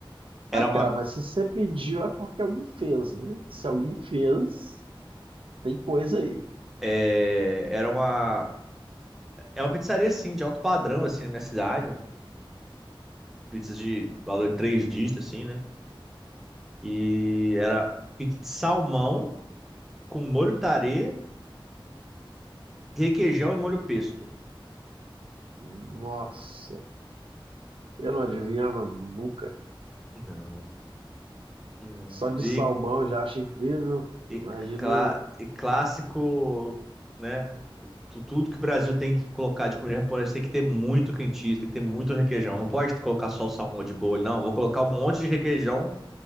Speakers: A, in the centre; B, on the right.
A: era
B: Ah, cara,
A: uma...
B: mas se você pediu é porque alguém fez, né? Se alguém fez, tem coisa aí.
A: É... Era uma... É uma pizzaria, assim, de alto padrão, assim, na minha cidade. Pizzas de valor três dígitos, assim, né? E era pizza de salmão com molho tarê, requeijão e molho pesto.
B: Nossa, eu não adivinhava nunca.
A: Não, não.
B: Só de
A: E,
B: salmão eu já acho incrível.
A: e,
B: Imagina,
A: clá- e clássico, né? Tu- Tudo que o Brasil tem que colocar de comida japonesa tem que ter muito cream cheese, tem que ter muito requeijão. Não pode colocar só salmão de bolho, não. Vou colocar um monte de requeijão